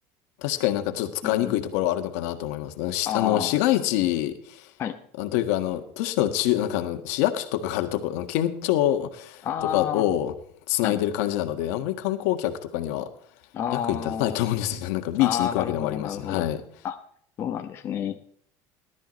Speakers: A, on the left; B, on the left.
A: 確かになんかちょっと使いにくいところはあるのかなと思います。
B: うん。
A: なんかし、
B: あ
A: あの、市街地、
B: あ、はい。
A: あの、というか、あの、都市の中、なんかあの、市役所とかがあるところ、あの県庁とかをつないでる感じなので、
B: ああ、はい。
A: あんまり観光客とかには
B: あ
A: 役に立たないと思うんですよ。なんかビーチに行くわけでもありますし。
B: あ、ああ、なるほど、なるほど。
A: はい。
B: あ、そうなんですね。